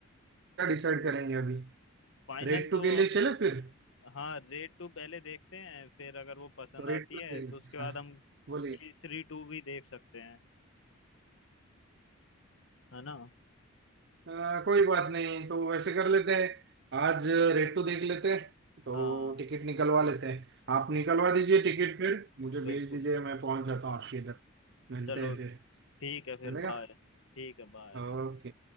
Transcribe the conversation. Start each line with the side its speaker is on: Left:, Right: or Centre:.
Right: क्या डिसाइड करेंगे अभी
Left: फाइनल
Right: रेड टू
Left: तो
Right: के लिए
Left: अभी
Right: चले फिर
Left: हाँ रेड टू पहले देखते हैं फिर अगर वो पसंद
Right: तो रेड
Left: आती
Right: टू
Left: है
Right: देख
Left: तो उसके बाद
Right: हाँ
Left: हम
Right: बोलिए
Left: केसरी टू भी देख सकते हैं है ना
Right: अ, कोई बात नहीं तो वैसे कर लेते हैं आज रेड टू देख लेते हैं तो
Left: हाँ
Right: टिकट निकलवा लेते हैं आप निकलवा दीजिए टिकट फिर मुझे
Left: बिल्कुल
Right: भेज दीजिए मैं पहुंच जाता हूँ आपके इधर मिलते
Left: चलो
Right: हैं फिर
Left: ठीक है फिर
Right: चलेगा
Left: बाय ठीक है बाय
Right: ओके